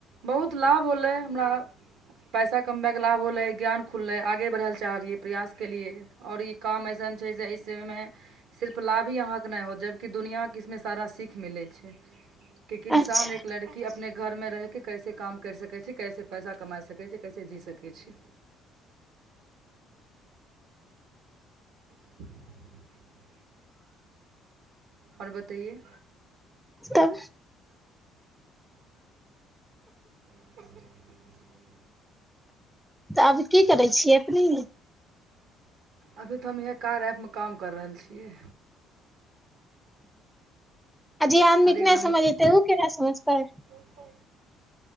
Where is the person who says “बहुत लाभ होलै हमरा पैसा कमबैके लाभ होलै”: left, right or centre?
Right